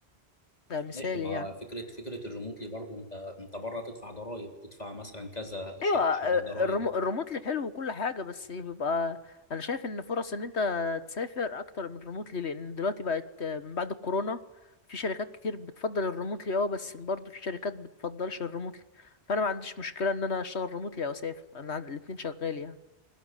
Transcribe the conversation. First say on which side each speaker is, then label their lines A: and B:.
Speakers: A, on the left; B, on the left.
A: ده مثالي
B: ماشي ما
A: يعني
B: فكره فكره الريموتلي برضه انت انت بره تدفع ضرائب تدفع مثلا كذا شيء
A: ايوه آه،
B: شويه ضرائب
A: الريمو- الريموتلي حلو وكل حاجه بس بيبقى انا شايف ان فرص ان انت تسافر اكتر من الريموتلي لان دلوقتي بقت آه، من بعد الكورونا في شركات كتير بتفضل الريموتلي اه بس برضه في شركات بتفضلش الريموتلي فانا ما عنديش مشكله ان انا اشتغل ريموتلي او اسافر انا عن... الاتنين شغال يعني